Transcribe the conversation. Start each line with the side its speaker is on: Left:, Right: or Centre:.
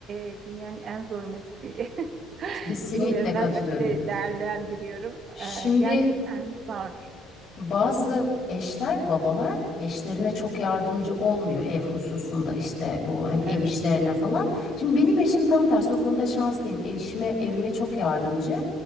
Right: e, dünyanın en zor mesleği. <laughs>
Left: <laughs> Kesinlikle
Right: Bilmiyorum ben
Left: katılıyorum.
Right: öyle değerlendiriyorum.
Left: Şimdi
Right: E, gerçekten zor.
Left: Bazı eşler, babalar eşlerine çok yardımcı olmuyor ev hususunda işte bu hani
Right: Evet,
Left: ev işlerine falan. Şimdi benim eşim tam tersi o konuda şanslıyım. Eşime, evime çok yardımcı.